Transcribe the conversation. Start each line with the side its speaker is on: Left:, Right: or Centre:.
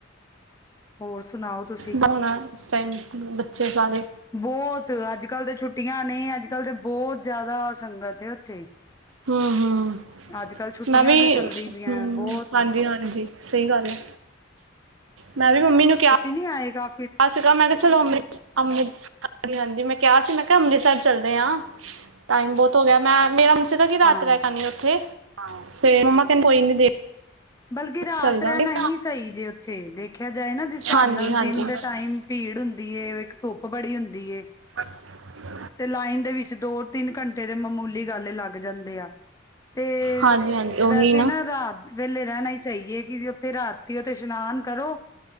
Left: ਹੋਰ ਸੁਣਾਓ? ਤੁਸੀਂ?
Right: ਬਉਣਾ, ਇਸ ਟਾਈਮ ਬੱਚੇ ਸਾਰੇ
Left: ਬਹੁਤ, ਅੱਜ ਕੱਲ ਤਾਂ ਛੁੱਟੀਆਂ ਨੇ, ਅੱਜ ਕੱਲ ਤੇ ਬਹੁਤ ਜ਼ਿਆਦਾ ਸੰਗਤ ਹੈ ਉੱਥੇ।
Right: ਹਮ ਹਮ,
Left: ਅੱਜ-ਕੱਲ੍ਹ ਛੁੱਟੀਆਂ
Right: ਮੈਂ ਵੀ,
Left: ਜੋ ਚੱਲਦੀ ਪਈਆਂ
Right: ਹਮ,
Left: ਬਹੁਤ
Right: ਹਾਂਜੀ ਹਾਂਜੀ। ਸਹੀ ਗੱਲ ਹੈ, ਮੈਂ ਵੀ ਮੰਮੀ ਨੂੰ ਕਿਹਾ
Left: ਨਹੀਂ ਆਏਗਾ
Right: ਕਿਹਾ ਚਲੋ ਅੰਮ੍ਰਿ ਅੰਮ੍ਰਿਤ, ਹਾਂ ਹਾਂਜੀ ਮੈਂ ਕਿਹਾ ਸੀ, ਮੈਂ ਕਿਹਾ ਅੰਮ੍ਰਿਤਸਰ ਚੱਲਦੇ ਹਾਂ। ਟਾਈਮ ਬਹੁਤ ਹੋ ਗਿਆ, ਮੈਂ ਮੇਰਾ ਮਨ ਸੀ, ਕੀ
Left: ਹਾਂ
Right: ਰਾਤ ਰਹਿ ਕੇ ਆਨੇ ਉੱਥੇ, ਫਿਰ ਮੰਮਾ ਕਹਨੂੰ ਕੋਈ ਨ ਦੇ
Left: ਬਲਕਿ ਰਾਤ
Right: ਚੱਲ ਜਾਂਗੇ
Left: ਰਹਿਣਾ ਹੀ ਸਹੀ ਜੇ ਉੱਥੇ, ਦੇਖਿਆ ਜਾਏ ਨਾ ਜਿਸ ਹਿਸਾਬ
Right: ਹਾਂਜੀ
Left: ਨਾਲ
Right: ਹਾਂਜੀ
Left: ਦਿਨ
Right: ਹਾਂਜੀ
Left: ਦੇ ਟਾਈਮ ਭੀੜ ਹੁੰਦੀ, ਇੱਕ ਧੁੱਪ ਬੜੀ ਹੁੰਦੀ ਏ।
Right: ਅੱਛਾ।
Left: ਤੇ ਲਾਈਨ ਦੇ ਵਿੱਚ, ਦੋ ਤਿੰਨ ਘੰਟੇ ਦੇ ਮਾਮੂਲੀ ਗੱਲ ਲੱਗ ਜਾਂਦੇ ਆ। ਤੇ
Right: ਹਾਂਜੀ ਹਾਂਜੀ ਉਹੀ
Left: ਵੈਸੇ ਨਾ, ਰਾਤ ਵੇਲੇ ਰਹਿਣਾ ਹੀ ਸਹੀ ਹੈ। ਕਿ ਉੱਥੇ ਰਾਤ ਉਥੇ ਇਸ਼ਨਾਨ ਕਰੋ,